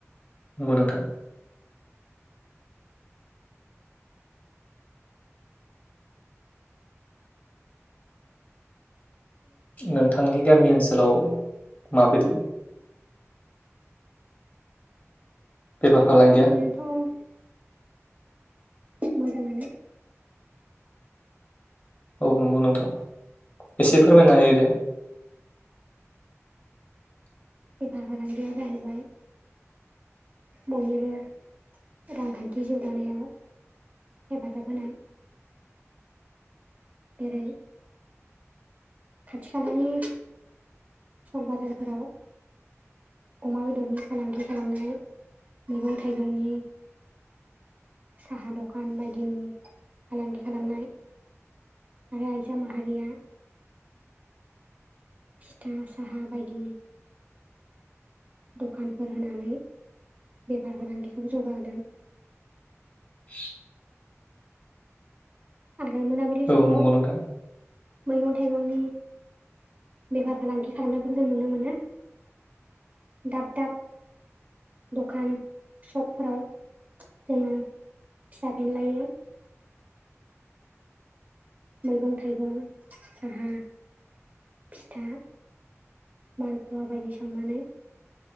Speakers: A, on the left; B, on the right.
A: नंगौ नोंथां। नोंथांनि गामि ओनसोलाव माबायदि? <inaudible> बेफार फालांगिया?
B: बेयोथ' मोजाङानो।
A: औ नंगौ नोंथां एसे फोरमायनानै होदो।
B: बेफार फालांगिया जाहैबाय बयनिबो रांखान्थि जौगानायाव हेफाजाबहोनाय जेरै खाथि खालानि सक बाजारफोराव अमा बेदरनि फालांगि खालामनाय मैगं थाइगंनि साहा दखान बायदिनि फालांगि खालामनाय। आरो आजा माहारिया फिथा साहा बायदि दखानफोर होनानै बेफार फालांगिखौ जौगाहोदों।
A: <inaudible>
B: आरो मोनाबिलि समाव
A: औ नंगौ नोंथां
B: मैगं थाइगंनि बेफार फालांगि खालामनायखौ जों नुनो मोनो। दाब दाब दखान सकफोराव जोङो फिसा फेनलायै मैगं थाइगं साहा फिथा मालपवा बायदि सावनानै